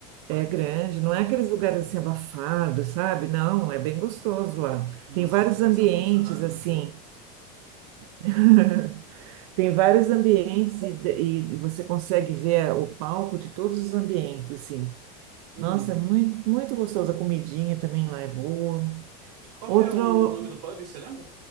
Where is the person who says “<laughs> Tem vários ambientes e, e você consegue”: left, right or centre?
Right